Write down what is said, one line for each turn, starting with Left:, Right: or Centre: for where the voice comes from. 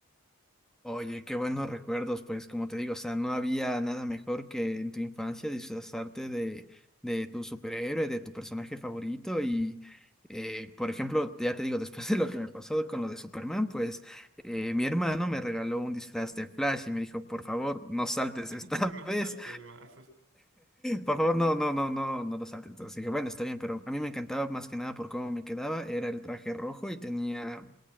Centre: Oye, qué buenos recuerdos, pues como te digo, o sea, no había nada mejor que en tu infancia disfrazarte de, de tu superhéroe, de tu personaje favorito y, eh, por ejemplo, ya te digo, <laughs> después de lo que me pasó con lo de Superman, pues eh, mi hermano me regaló un disfraz de Flash y me dijo, por favor, no saltes
Right: <laughs>
Centre: esta
Right: No
Centre: <laughs> vez,
Right: saltes más.
Centre: por favor, no, no, no, no, no lo saltes. Entonces dije, bueno, está bien, pero a mí me encantaba más que nada por cómo me quedaba, era el traje rojo y tenía...